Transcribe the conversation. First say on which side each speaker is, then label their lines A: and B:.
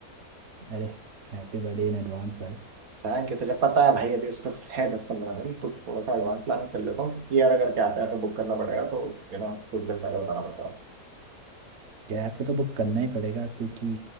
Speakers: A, on the right; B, on the right.
A: अरे हैप्पी बर्थडे इन एडवांस भाई
B: थैंक यू तुझे पता है भाई अभी उसमें है दस पंद्रह दिन तो थोड़ा सा एडवांस प्लानिंग कर लेता हूँ क्योंकि यार अगर कैफे आपको बुक करना पड़ेगा तो यू नो कुछ दिन पहले बताना पड़ता है
A: कैफे तो बुक करना ही पड़ेगा क्योंकि